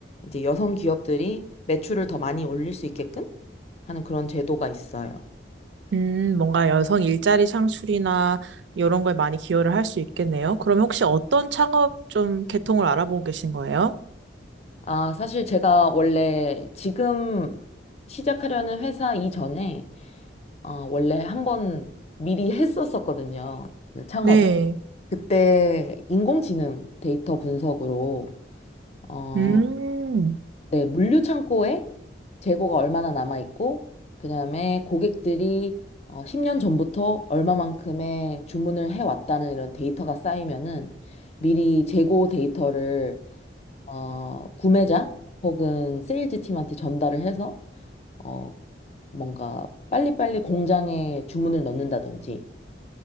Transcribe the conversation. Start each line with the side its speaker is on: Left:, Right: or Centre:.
Left: 이제 여성 기업들이 매출을 더 많이 올릴 수 있게끔 하는 그런 제도가 있어요.
Right: 음, 뭔가 여성 일자리 창출이나 이런 거에 많이 기여를 할 수 있겠네요. 그럼 혹시 어떤 창업 좀 계통을 알아보고 계신 거예요?
Left: 아, 사실 제가 원래 지금 시작하려는 회사 이전에 어, 원래 한 번 미리 했었었거든요. 그 창업을.
Right: 네.
Left: 그때 인공지능 데이터 분석으로 어,
Right: 음.
Left: 네, 물류 창고에 재고가 얼마나 남아 있고 그다음에 고객들이 어, 10년 전부터 얼마만큼의 주문을 해왔다는 이런 데이터가 쌓이면은 미리 재고 데이터를 어, 구매자 혹은 세일즈 팀한테 전달을 해서 어, 뭔가 빨리빨리 공장에 주문을 넣는다든지